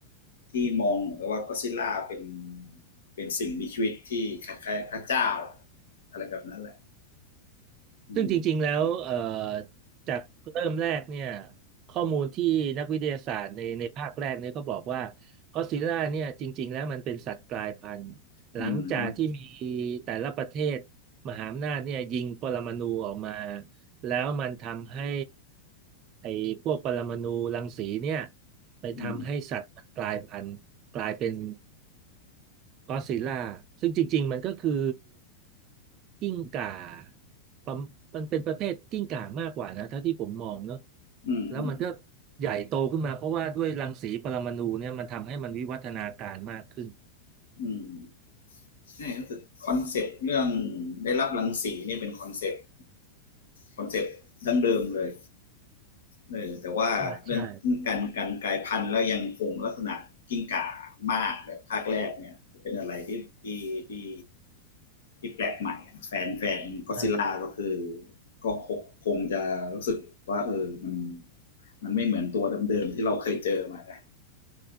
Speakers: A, on the left; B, on the right.
A: ที่มองกับว่าก็อดซิลล่าเป็นเป็นสิ่งมีชีวิตที่คล้ายๆพระเจ้าอะไรแบบนั้นแหละอืม
B: ซึ่งจริงๆแล้วเอ่อจากเริ่มแรกเนี่ยข้อมูลที่นักวิทยาศาสตร์ในในภาคแรกเนี่ยก็บอกว่าก็อดซิลล่าเนี่ยจริงๆแล้วมันเป็นสัตว์กลายพันธุ์หลังจากที่มี
A: อืม
B: แต่ละประเทศมหาอำนาจเนี่ยยิงปรมาณูออกมาแล้วมันทำให้ไอ้พวกปรมาณูรังสีเนี่ยไปทำให้สัตว์มันกลายพันธุ์กลายเป็น
A: อืม
B: ก็อดซิลล่าซึ่งจริงๆมันก็คือกิ้งก่าประมมันเป็นประเภทกิ้งก่ามากกว่านะเท่าที่ผมมองเนอะ
A: อืมอืม
B: แล้วมันก็ใหญ่โตขึ้นมาเพราะว่าด้วยรังสีปรมาณูเนี่ยมันทำให้มันวิวัฒนาการมากขึ้น
A: อืมใช่รู้สึกคอนเซปต์เรื่องได้รับรังสีนี่เป็นคอนเซปต์คอนเซปต์ดั้งเดิมเลย เออแต่ว่าเรื่องการการกลายพันธุ์แล้วยังคงลักษณะกิ้งก่ามากแบบภาคแรกเนี่ยเป็นอะไรที่ที่ที่
B: ใช่ใช่
A: ที่แปลกใหม่แฟนแฟนก็ซิลล่าก็คือ
B: เออ
A: ก็คงคงจะรู้สึกว่าเออมันมันไม่เหมือนตัวเดิมๆที่เราเคยเจอมานะ